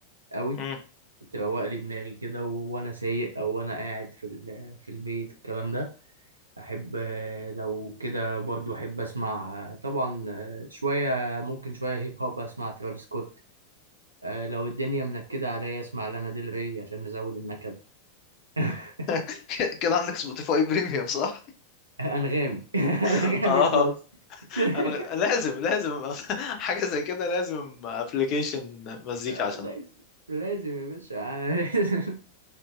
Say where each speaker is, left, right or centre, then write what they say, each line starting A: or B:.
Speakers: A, on the right; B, on the left.
A: قوي
B: امم
A: بتبقى لي دماغي كده و- وانا سايق او وانا قاعد في ال... في البيت الكلام ده احب آه، لو كده برضو احب اسمع آه، طبعا آه، شويه ممكن شويه هيب هوب اسمع ترافيس سكوت آه، لو الدنيا منكده عليا اسمع لانا ديل ري عشان نزود النكد <laughs>
B: <laughs> كده عندك سبوتيفاي بريميوم صح؟
A: انغامي <laughs> انغامي
B: <laughs> اه
A: بلس <laughs>
B: انا غ- لازم لازم <laughs> حاجة زي كده لازم ابلكيشن مزيكا
A: آه،
B: عشان
A: لازم لازم يا باشا <laughs> أنا لازم